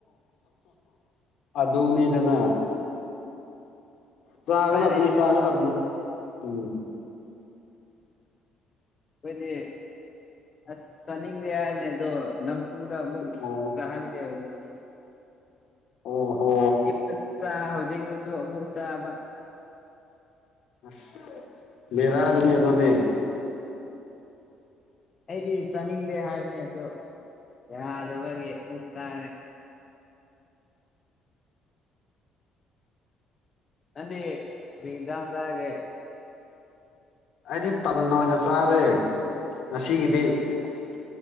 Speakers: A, on the left; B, on the left.
A: ꯑꯗꯨꯅꯤꯗꯅ ꯆꯥꯒꯗꯕꯅꯤ
B: ꯎꯄꯥꯏ ꯂꯩꯇꯦ
A: ꯆꯥꯒꯗꯕꯅꯤ ꯎꯝ
B: ꯑꯩꯈꯣꯏꯗꯤ ꯑꯁ ꯆꯅꯤꯡꯗꯦ ꯍꯥꯏꯕꯅꯤ ꯑꯗꯨ ꯅꯝ ꯐꯨꯗ ꯑꯃꯨꯛ
A: ꯑꯣ
B: ꯆꯥꯍꯜꯂꯦ ꯉꯁꯤꯗꯤ
A: ꯑꯣꯍꯣ
B: ꯏꯞꯇꯁꯨ ꯆꯥꯕ ꯍꯧꯖꯤꯛꯇꯁꯨ ꯑꯃꯨꯛ ꯆꯥꯕ ꯑꯁ
A: ꯑꯁ ꯕꯦꯔꯅꯤ ꯑꯗꯨꯗꯤ
B: ꯑꯩꯗꯤ ꯆꯥꯅꯤꯡꯗꯦ ꯍꯥꯏꯕꯅꯤ ꯑꯗꯣ ꯌꯥꯗꯕꯒꯤ ꯑꯣꯛ ꯆꯥꯔꯦ ꯅꯪꯗꯤ ꯀꯔꯤ ꯏꯟꯖꯥꯡ ꯆꯥꯒꯦ
A: ꯑꯩꯗꯤ ꯇꯟꯅ ꯑꯣꯏꯅ ꯆꯥꯔꯦ ꯉꯁꯤꯒꯤꯗꯤ
B: ꯑꯁ